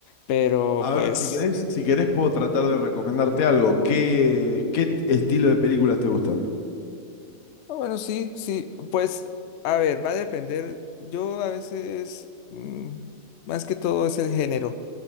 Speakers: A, on the left; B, on the left.
A: Pero
B: A
A: pues.
B: ver, si querés, si querés puedo tratar de recomendarte algo. ¿Qué, qué t- estilo de películas te gustan?
A: Ah, Bueno, sí, sí, pues a ver, va a depender. Yo a veces, mm, más que todo es el género.